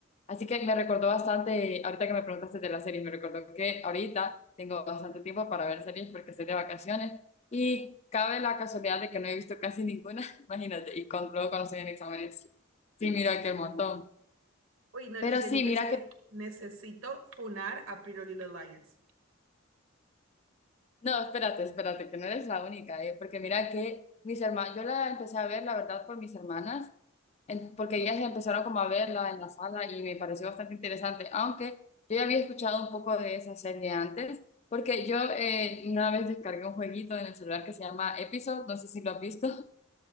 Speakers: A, on the left (about 30°); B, on the right (about 75°).
A: Así que me recordó bastante, ahorita que me preguntaste de las series, me recordó que ahorita tengo bastante tiempo para ver series porque estoy de vacaciones y cabe la casualidad de que no he visto casi ninguna, <laughs> imagínate, y con, luego cuando estoy en exámenes, sí, miro aquel montón.
B: Uy, no,
A: Pero
B: Liceni,
A: sí, mira
B: es que
A: que...
B: necesito funar a Pretty Little Liars.
A: No, espérate, espérate, que no eres la única, eh, porque mira que mis hermanas, yo la empecé a ver, la verdad, por mis hermanas, En- porque
B: Ok.
A: ellas empezaron como a verla en la sala y me pareció bastante interesante, aunque yo ya había escuchado un poco de esa serie antes, porque yo eh, una vez descargué un jueguito en el celular que se llama Episode, no sé si lo has visto, <laughs>